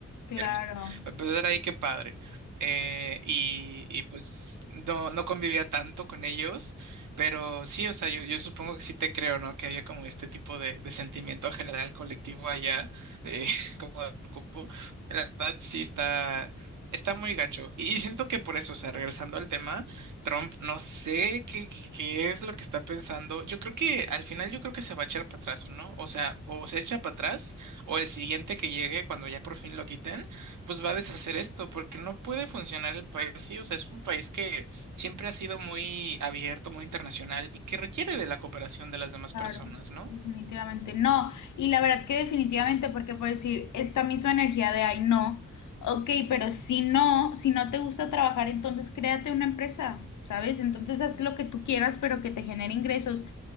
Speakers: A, on the left (about 80°); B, on the right (about 85°).
A: Claro,
B: viernes. Para empezar ahí, qué padre. Eh, y, y pues no, no convivía tanto con ellos, pero sí, o sea, yo, yo supongo que sí te creo, ¿no? Que había como este tipo de, de sentimiento general colectivo allá, eh, <laughs> como de preocupo. La verdad sí está, está muy gacho. Y, y siento que por eso, o sea, regresando al tema, Trump, no sé qué, qué, qué es lo que está pensando. Yo creo que al final yo creo que se va a echar para atrás, ¿no? O sea, o se echa para atrás o el siguiente que llegue cuando ya por fin lo quiten pues va a deshacer esto, porque no puede funcionar el país así. O sea, es un país que siempre ha sido muy abierto, muy internacional y que requiere de la cooperación de las demás
A: claro,
B: personas, ¿no?
A: definitivamente no. Y la verdad que definitivamente, porque por decir, esta misma energía de ay no, ok, pero si no, si no te gusta trabajar, entonces créate una empresa, ¿sabes? Entonces haz lo que tú quieras, pero que te genere ingresos.